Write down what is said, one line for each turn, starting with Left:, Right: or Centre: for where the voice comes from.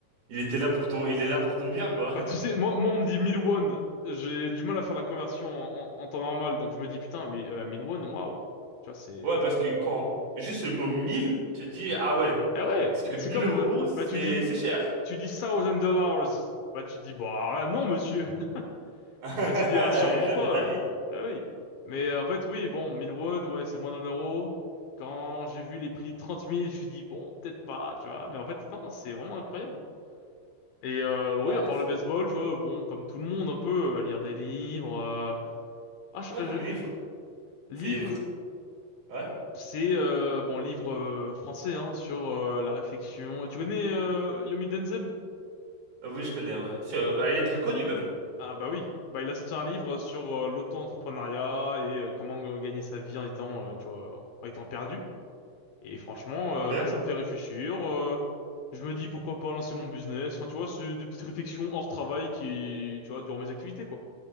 Right: il était là pour ton, il est là pour ton bien, quoi.
Left: Bah, tu sais, moi, moi, on me dit 1000 won. J'ai du mal à faire la conversion en, en- en temps normal, donc je me dis, putain, mais euh, 1000 won, waouh. Tu vois, c'est.
Right: Ouais, parce que quand juste le mot 1000 tu te dis, ah ouais,
Left: Eh ouais,
Right: parce que 1000
Left: c'est comme.
Right: euros,
Left: euh,
Right: c'est
Left: Bah, tu dis.
Right: c'est cher.
Left: Tu dis one thousand dollars. Bah, tu dis, bah, là, non, monsieur.
Right: <laughs>
Left: Ah, tu dis, ah, sûrement
Right: Jamais
Left: pas,
Right: de la
Left: là.
Right: vie.
Left: Ah oui. Mais euh, en fait, oui, bon, 1000 won, ouais, c'est moins d'un euro. Quand j'ai vu les prix 30 000, je me suis dit, bon, peut-être pas, tu vois. Mais en fait, non, c'est vraiment incroyable. Et euh, oui,
Right: Ouais,
Left: à part
Right: c'est...
Left: le baseball, tu vois, bon, comme tout le monde, un peu, euh, lire des livres. euh, Ah, je-
Right: Quoi
Left: euh,
Right: comme livre?
Left: je-
Right: C'est...
Left: livres, je-
Right: Ouais?
Left: c'est, euh, bon, livre euh, français, hein, sur euh, la réflexion. Tu connais euh, Yomi Denzel?
Right: Ah Oui, je connais, ouais. C'est- euh, Elle est très connue, même.
Left: Ah bah oui, bah il a sorti un livre sur euh, l'auto-entrepreneuriat et euh, comment gagner sa vie en étant, euh, tu vois, en étant perdu. Et franchement,
Right: Ok.
Left: euh, moi, ça me fait réfléchir. euh, je me dis pourquoi pas lancer mon business. Enfin, tu vois, c'est des petites réflexions hors travail qui, tu vois, durant mes activités, quoi.